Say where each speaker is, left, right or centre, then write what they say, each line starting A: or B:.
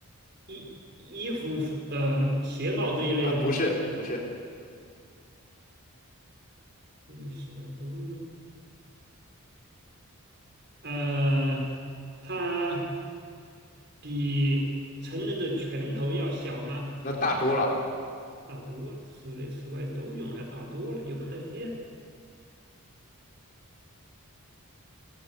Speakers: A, on the right; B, on the left.
A: 衣衣服呃鞋帽这一类的吗？
B: 啊，呃，不是不是，
A: 室内室外都用。呃，它比成人的拳头要小吗？
B: 那大多了
A: 大多了，室内室外都用，还大多了，又不带电。